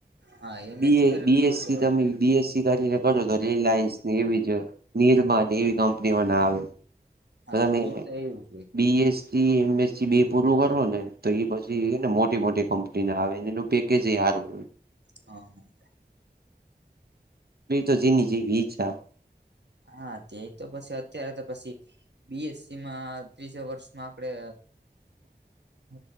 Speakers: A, on the right; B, on the right.
A: હા એમએસસી
B: બી એ
A: કરે
B: બીએસસી
A: તો કેવાય
B: તમે બીએસસી કરીને કરો તો રિલાયન્સની એવી જ નિર્માની એવી કંપનીમા ના આવે
A: હા
B: બધા
A: ઈ તો એવું છે
B: બીએસ સી એમ એસ બે પૂરું કરો ને તો એ પછી ને મોટી મોટી કંપનીના આવે એનું પેકેજ હારું હોય.
A: હા.
B: બી તો જીની જેવી ઈચ્છા.
A: હા તે તો પછી અત્યારે તો પછી બીએસસી માં ત્રીજા વર્ષમાં આપણે હ